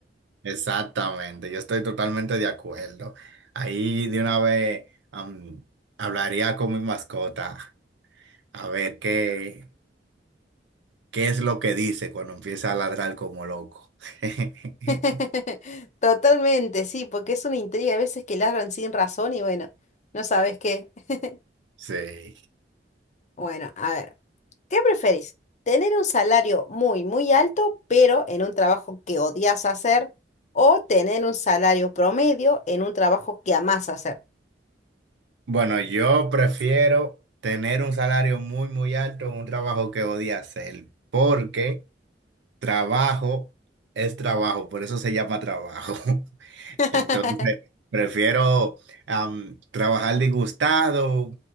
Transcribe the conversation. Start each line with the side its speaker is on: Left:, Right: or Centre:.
Right: Exactamente. Yo estoy totalmente de acuerdo. Ahí de una vez am, hablaría con mi mascota a ver qué, qué es lo que dice cuando empieza a ladrar como loco. <laughs>
Left: <laughs> Totalmente, sí, porque es una intriga. Hay veces que ladran sin razón y bueno, no sabes qué. <laughs>
Right: Sí.
Left: Bueno, a ver. ¿Qué prefieres? ¿Tener un salario muy, muy alto, pero en un trabajo que odias hacer? ¿O tener un salario promedio en un trabajo que amás hacer?
Right: Bueno, yo prefiero tener un salario muy, muy alto en un trabajo que odia hacer, porque trabajo es trabajo, por eso se llama trabajo. <laughs>
Left: <laughs>
Right: Entonces, prefiero am, trabajar disgustado